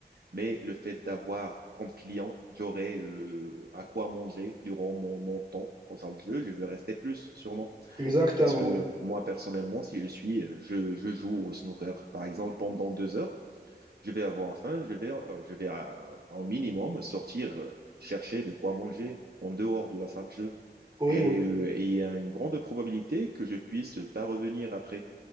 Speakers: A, on the right; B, on the right.
A: Mais le fait d'avoir comme client, j'aurai euh, à quoi manger durant mon, mon temps en salle de jeu, je veux rester plus sûrement.
B: exactement,
A: Parce que
B: oui,
A: moi, personnellement, si je suis, euh, je, je joue au snooker, par exemple, pendant deux heures, je vais avoir faim, je vais, euh, je vais euh, en minimum sortir euh, chercher de quoi manger en dehors de la salle de jeu.
B: oui,
A: Et
B: oui.
A: euh, et il y a une grande probabilité que je puisse pas revenir après.